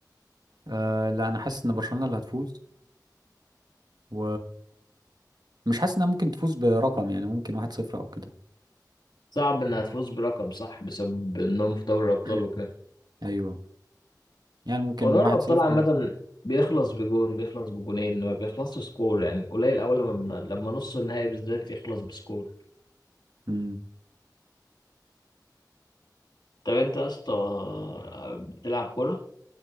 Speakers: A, on the right (about 65°); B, on the left (about 80°).
A: آه لا انا حاسس ان برشلونة اللي هتفوز و مش حاسس انها ممكن تفوز برقم يعني ممكن واحد صفر او كده
B: صعب انها تفوز برقم صح بسبب انهم في دوري الابطال
A: <clears throat>
B: وكده
A: ايوه يعني ممكن
B: هو دوري
A: واحد
B: الابطال
A: صفر
B: عامة
A: بس
B: بيخلص بجون بيخلص بجونين ما بيخلصش سكور يعني قليل اول لما بن- لما نص النهائي بالذات يخلص بسكور
A: مم.
B: طب انت يا اسطى بتلعب كورة